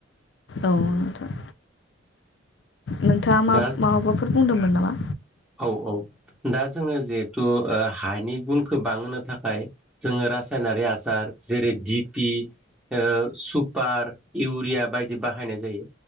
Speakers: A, on the left (about 65°); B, in the centre.
A: औ नोथां नोंथाङा
B: दा
A: मा माबाफोर बुंदोंमोन नामा
B: औ औ दा जोङो जिहेथु हानि गुनखौ बांहोनो थाखाय जोङो रायनारि आसार जेरै दिपि ओ सुपार इउरिया बायदि बाहायनाय जायो